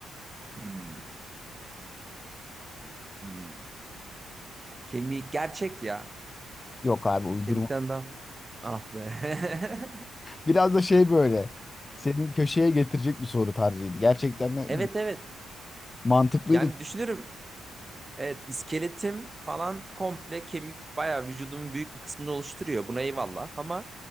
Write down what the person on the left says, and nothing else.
Yok abi uydurma.
Biraz da şey böyle seni köşeye getirecek bir soru tarzıydı. Gerçekten de
mantıklıydı.